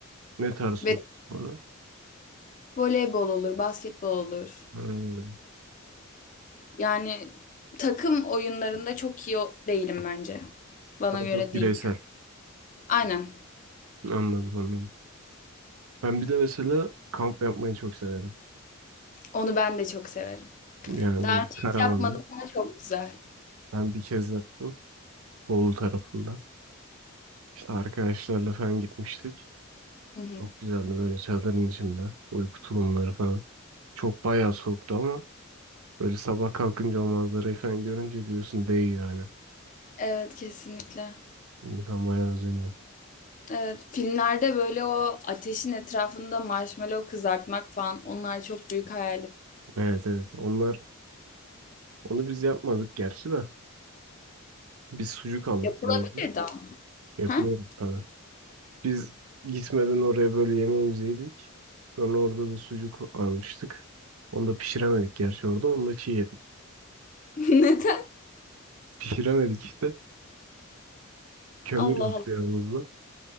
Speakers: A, on the right; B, on the left.
A: Ne tarz
B: Ve
A: top olarak?
B: voleybol olur, basketbol olur.
A: Hmm,
B: Yani takım oyunlarında çok iyi o- değilim bence. Bana
A: Daha
B: göre
A: çok bireysel.
B: değil. Aynen.
A: Anladım anladım. Ben bir de mesela kamp yapmayı çok severim.
B: Onu ben de çok severim.
A: Yani
B: Daha
A: böyle
B: önce
A: karavanlı.
B: hiç yapmadım ama çok güzel.
A: Ben bir kez yaptım. Bolu tarafında. İşte arkadaşlarla falan gitmiştik.
B: Hı hı.
A: Çok güzeldi böyle çadırın içinde. Uyku tulumları falan. Çok bayağı soğuktu ama böyle sabah kalkınca o manzarayı falan görünce diyorsun değiyor yani.
B: Evet kesinlikle.
A: İnsan bayağı özeniyor.
B: Evet, filmlerde böyle o ateşin etrafında marshmallow kızartmak falan onlar çok büyük hayalim.
A: Evet evet. Onlar onu biz yapmadık gerçi de. Biz sucuk aldık
B: Yapılabilirdi
A: yanımıza.
B: ama.
A: Yapılıyor
B: Ha?
A: tabii. Biz gitmeden oraya böyle yemeğimizi yedik. Sonra orada da sucuk almıştık. Onu da pişiremedik gerçi orada. Onu da çiğ yedik.
B: <laughs> Neden?
A: Pişiremedik işte. Kömür
B: Allah
A: yoktu
B: Allah.
A: yanımızda.